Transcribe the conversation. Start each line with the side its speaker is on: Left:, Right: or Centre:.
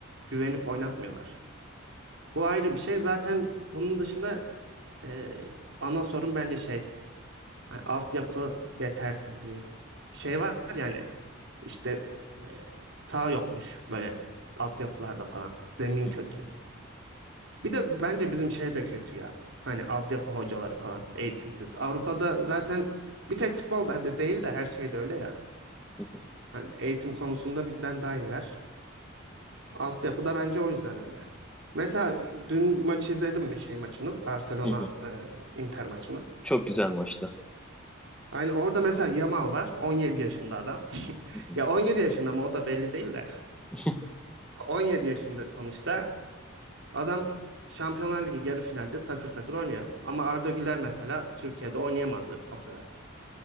Right: güvenip oynatmıyorlar. Bu ayrı bir şey. Zaten bunun dışında eee ana sorun bence şey. Hani altyapı yetersizliği. Şey var yani işte eee sağ yokmuş böyle altyapılarda falan. Zemin
Centre: Hı
Right: kötü. Bir de bence bizim şey de kötü ya. Hani altyapı hocaları falan eğitimsiz. Avrupa'da zaten bir tek futbolda de değil de her şeyde öyle ya.
Centre: hı
Right: Hani eğitim konusunda bizden daha iyiler. Altyapı da bence o yüzden öyle. Mesela dün maçı izledim mi şey maçını? Barcelona
Centre: hı hı.
Right: e, Inter maçını.
Centre: Çok güzel maçtı.
Right: Aynı orada mesela Yamal var. 17 yaşında adam. <laughs>
Centre: Hı hı.
Right: Ya 17 yaşında mı o da belli değil de.
Centre: <laughs>
Right: 17 yaşında sonuçta. Adam Şampiyonlar Ligi yarı finalde takır takır oynuyor. Ama Arda Güler mesela Türkiye'de oynayamadı o kadar.